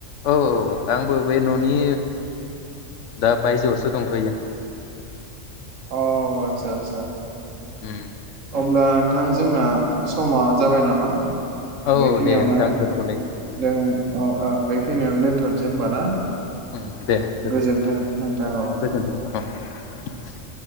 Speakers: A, on the left; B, on the right.
A: औ औ आंबो बे न'नि दा बायजोआवसो दंथ'यो।
B: अ आतसा आतसा
A: उम
B: अब्ला नोंथां जोंना समा जाबाय नामा।
A: औ
B: बेखिनियावनो
A: दे नोंथां दोनथ'लायनि
B: जों ओ ओ बे खिनियावनो दोनथ'नोसै होमबा ना?
A: ओम दे गोजोनथों
B: गोजोन्थों नोंथां औ
A: गोजोन्थों ओम।